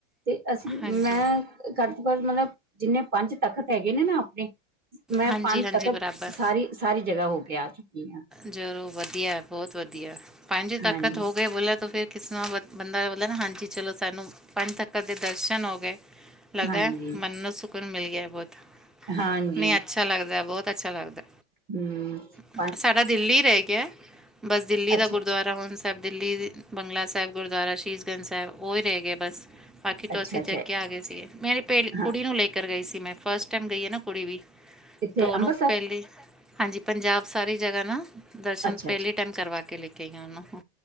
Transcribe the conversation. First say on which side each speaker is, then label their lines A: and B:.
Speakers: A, on the right; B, in the centre.
A: ਤੇ ਅਸੀਂ
B: ਹਾਂਜੀ
A: ਮੈਂ ਘੱਟ ਤੋਂ ਘੱਟ ਮਲਬ ਜਿੰਨੇ ਪੰਜ ਤਖ਼ਤ ਹੈਗੇ ਨੇ ਨਾ ਆਪਨੇ ਮੈਂ
B: ਹਾਂਜੀ
A: ਪੰਜ
B: ਹਾਂਜੀ
A: ਤਖ਼ਤ
B: ਬਰਾਬਰ
A: ਸਾਰੀ ਸਾਰੀ ਜਗਾ ਹੋ ਕੇ ਆ ਚੁੱਕੀ ਆ।
B: ਜ਼ਰੂਰ ਵਧੀਆ ਬੋਹਤ ਵਧੀਆ ਪੰਜ ਤੱਖਤ
A: ਹਾਂਜੀ
B: ਹੋ ਗਏ ਬੋਲਾਂ ਤੋਂ ਫਿਰ ਕਿਸਰਾ ਬ ਬੰਦਾ ਬੋਲਦਾ ਨਾ ਹਾਂਜੀ ਚਲੋ ਸਾਨੂੰ ਪੰਜ ਤੱਖਤ ਦੇ ਦਰਸ਼ਨ ਹੋ ਗੇ। ਲੱਗਦਾ
A: ਹਾਂਜੀ
B: ਮਨ ਨੂੰ ਸੁਕੂਨ ਮਿਲ ਗਿਆ ਬੌਤ
A: ਹਾਂਜੀ
B: ਨੀ ਅੱਛਾ ਲੱਗਦਾ ਬੌਤ ਅੱਛਾ ਲੱਗਦਾ।
A: ਹੂੰ
B: ਹੈ। ਸਾਡਾ ਦਿੱਲੀ ਰਹ ਗਿਆ, ਬਸ ਦਿੱਲੀ
A: ਅੱਛਾ
B: ਦਾ ਗੁਰਦੁਆਰਾ <unintelligible> ਸੈਬ ਦਿੱਲੀ ਬੰਗਲਾ ਸੈਬ ਗੁਰਦੁਆਰਾ ਸ਼ੀਸ਼ਗੰਜ ਸੈਬ ਓਈ ਰਹ ਗਏ ਬਸ। ਬਾਕੀ ਤੋਂ
A: ਅੱਛਾ
B: ਅਸੀਂ
A: ਅੱਛਾ
B: ਦੇਖ ਕੇ ਆ ਗਏ ਸੀਗੇ, ਮੇਰੇ ਪੇਲ
A: ਹਾਂ
B: ਕੁੜੀ ਨੂੰ ਲੈ ਗਈ ਸੀ ਮੈਂ ਫਸਟ ਟੈਮ ਗਈ ਆ ਨਾ ਕੁੜੀ ਵੀ
A: ਇੱਥੇ
B: ਤੋਂ ਉਹਨੂੰ
A: ਅੰਮ੍ਰਿਤਸਰ
B: ਪਹਲੀ ਹਾਂਜੀ ਪੰਜਾਬ ਸਾਰੀ ਜਗ੍ਹਾ ਨਾ ਦਰਸ਼ਨ
A: ਅੱਛਾ
B: ਪੈਲੇ
A: ਅੱਛਾ
B: ਟੈਮ ਕਰਵਾ ਕੇ ਲੈ ਕੇ ਆਈ ਓਨੂੰ।